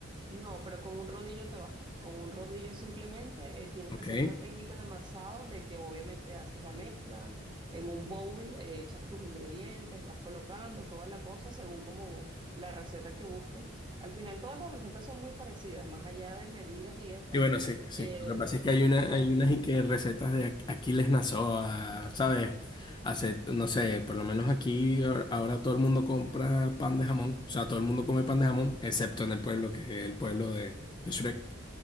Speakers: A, on the right; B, on the left.
A: No, pero con un rodillo te basta. Con un rodillo simplemente eh, tienes
B: ¿ok?
A: que hacer una técnica de amasado de que obviamente haces la mezcla. En un bowl eh, echas tus ingredientes, vas colocando toda la cosa según como la receta que busques. Al final todas las recetas son muy parecidas, más allá de medidas y eso,
B: Y bueno, sí, sí.
A: eh,
B: Lo que pasa es que hay una,
A: son
B: hay unas y que recetas de Aqu- Aquiles Nazoa, ¿sabes? Hace, no sé, por lo menos aquí ahor- ahora todo el mundo compra pan de jamón. O sea, todo el mundo come pan de jamón, excepto en el pueblo, que es el pueblo de, de Shrek.